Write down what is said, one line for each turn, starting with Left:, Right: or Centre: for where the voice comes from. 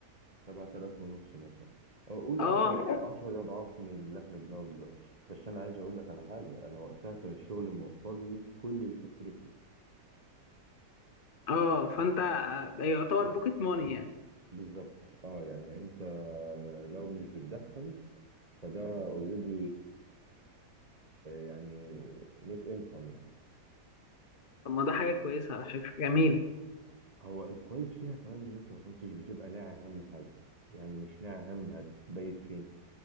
Right: 7000 ونص مثلا أو قول
Left: اه
Right: 10 10 اضعاف من اللي احنا بناخده دلوقتي بس انا عايز اقول لك على حاجه انا وقتها كان الشغل موفر لي كل الفاسيلتي
Left: اه
Right: يعني
Left: فانت آه، يعتبر بوكيت ماني يعني
Right: بالظبط اه يعني انت لو مش بتدخل فده اوريدي يعني نت انكم يعني
Left: طب ما ده حاجه كويسه على فكره جميله
Right: هو الكويس فيها كمان ان انت ما كنتش بتبقى ناعي اهم حاجه يعني مش ناعي اهم هتبيت فين